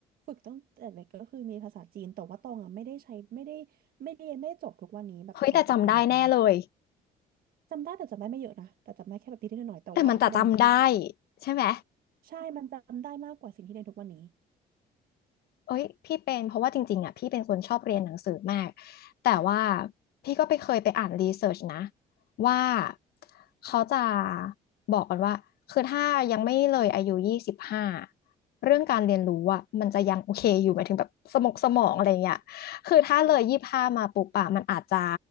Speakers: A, on the right; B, on the left.
A: ฝึกตั้งแต่เด็กก็คือมีภาษาจีนแต่ว่าตองอ่ะไม่ได้ใช้ไม่ได้ไม่ได้เรียนไม่ได้จบทุกวันนี้แบบภาษาจีนอะนะ
B: เฮ้ยแต่จำได้แน่เลย
A: จำได้แต่จำได้ไม่เยอะนะแต่จำได้แค่แบบนิดๆหน่อยๆแต่ว่าประเด็นคือ
B: แต่มันจะจำได้ใช่ไหม
A: ใช่มันจำได้มากกว่าสิ่งที่เรียนทุกวันนี้
B: เอ้ยพี่เป็นเพราะว่าจริงๆอ่ะพี่เป็นคนชอบเรียนหนังสือมากแต่ว่าพี่ก็ไปเคยไปอ่านรีเสิร์ชนะว่าเขาจะบอกกันว่าคือถ้ายังไม่เลยอายุยี่สิบห้าเรื่องการเรียนรู้อ่ะมันจะยังโอเคอยู่หมายถึงแบบสมองสมองอะไรเงี้ยคือถ้าเลยยี่สิบห้ามาปุ๊บอะมันอาจจะ